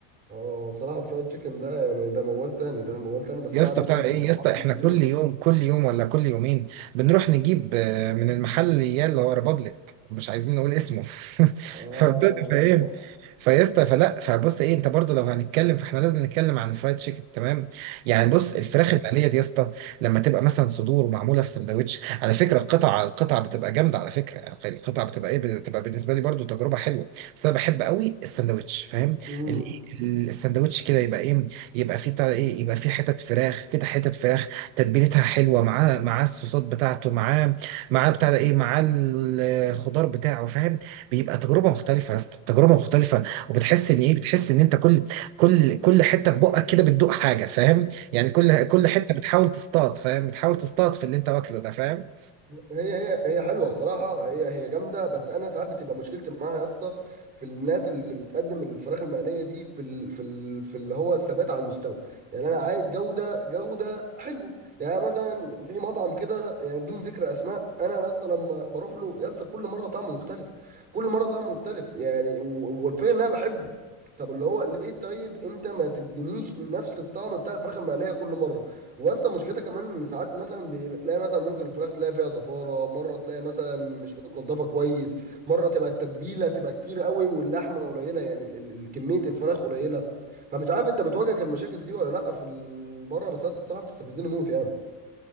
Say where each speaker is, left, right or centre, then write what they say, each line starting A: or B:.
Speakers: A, on the right; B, on the right.
A: اه هو الصراحه الفرايد تشيكن ده يعني ده موال تاني ده موال تاني بس
B: يا
A: انا
B: اسطى
A: عامل
B: بتاع
A: دايت
B: ايه
A: في الفطار.
B: يا اسطى احنا كل يوم كل يوم ولا كل يومين بنروح نجيب آه، من المحل اللي اللي هو ريبابليك مش عايزين نقول اسمه <laughs>
A: اه
B: فبدأت فاهم فيا اسطى فلا فبص ايه انت برضو لو هنتكلم فاحنا لازم نتكلم عن الفرايد تشيكن تمام يعني بص الفراخ العاديه دي يا اسطى لما تبقى مثلا صدور ومعموله في سندوتش على فكره القطع على القطع بتبقى جامده على فكره يعني القطع بتبقى ايه بتبقى بالنسبه لي برضو تجربه حلوه بس انا بحب قوي السندوتش فاهم
A: امم
B: ال- السندوتش كده يبقى ايه يبقى في بتاع ايه يبقى في حتت فراخ كده حتت فراخ تتبيلتها حلوه معاه معاه الصوصات بتاعته معاه معاه بتاع ده ايه معاه الخضار بتاعه فاهم بيبقى تجربه مختلفه يا اسطى تجربه مختلفه وبتحس ان ايه بتحس ان انت كل كل كل حته في بقك كده بتدوق حاجه فاهم يعني كل كل حته بتحاول تصطاد فاهم بتحاول تصطاد في اللي انت واكله ده فاهم
A: هي هي هي حلوه الصراحه هي هي جامده بس انا ساعات بتبقى مشكلتي معاها يا اسطى في الناس اللي بتقدم الفراخ المقليه دي في ال في ال في اللي هو الثبات على المستوى يعني انا عايز جوده جوده حلوه يعني مثلا في مطعم كده يعني بدون ذكر اسماء انا يا اسطى لما بروح له يا اسطى كل مره طعمه مختلف كل مره طعمه مختلف يعني و- والفكره ان انا بحبه طب اللي هو ليه طيب انت ما تدينيش نفس الطعم بتاع الفراخ المقليه كل مره واصلا مشكلتها كمان ان ساعات مثلا بتلاقي مثلا ممكن الفراخ تلاقي فيها زفاره مره تلاقي مثلا مش متنضفه كويس مره تبقى التتبيله تبقى كتير قوي واللحمه قليله يعني ال- ال- ال- كميه الفراخ قليله فمش عارف انت بتواجهك المشاكل دي ولا لا في ال- بره بس أنا الصراحه بتستفزني موت يعني